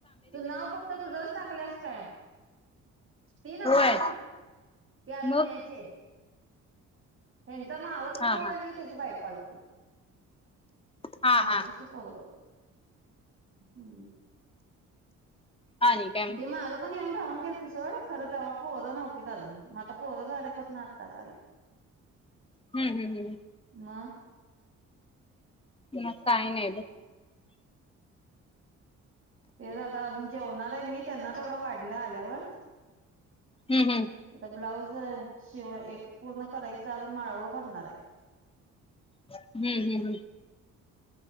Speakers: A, on the right; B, on the left.
A: तू नाव फक्त तुझंच टाकल्यास काय‌? ती नव्ह
B: होय
A: गं. ती आजून
B: मग
A: यायची हाय. यांचा मावस
B: हा
A: भाऊ आणि
B: हा
A: त्याची बायको आल <inaudible>
B: हा
A: मावशीचं
B: हा
A: पोरगं. हम्
B: आणि काय मग
A: ते मागं पण येऊन राहून गेल ते सोड खरं तवा पोरं नव्हतीत अजून, म आता पोरं झाल्यापासून आताच आल्यात.
B: हम्-हम्-हम्
A: म
B: मग काय नई बग.
A: तेच आता अजून च् जेवणाराय मी त्यांना तेवढं वाढल् ल आल्यावर?
B: हम्म हम्म
A: आता ब्लाऊज ज शिवाय एक पूर्ण करायचं आजून माळवं भरणाराय.
B: हम्म-हम्म-हम्म